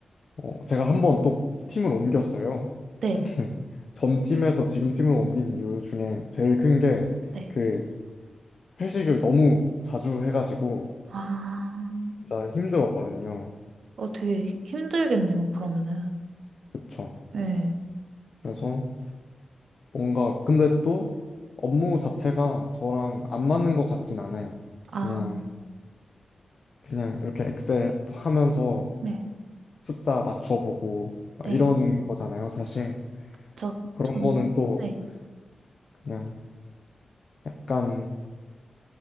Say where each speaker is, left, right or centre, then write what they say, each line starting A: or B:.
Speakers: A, on the left (about 50°); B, on the right (about 80°).
A: 어, 제가 한 번 또 팀을 옮겼어요.
B: 네.
A: 근데 <laughs> 전 팀에서 지금 팀으로 옮긴 이유 중에 제일 큰 게
B: 네.
A: 그 회식을 너무 자주 해가지고
B: 아,
A: 진짜 힘들었거든요.
B: 어, 되게 히- 힘들겠네요, 그러면은.
A: 그쵸.
B: 네.
A: 그래서 뭔가 근데 또 업무 자체가 저랑 안 맞는 것 같진 않아요.
B: 아,
A: 그냥 그냥 이렇게 엑셀 하면서
B: 네.
A: 숫자 맞춰보고 막
B: 네.
A: 이런 거잖아요, 사실.
B: 저,
A: 그런
B: 전,
A: 거는 또
B: 네.
A: 그냥 약간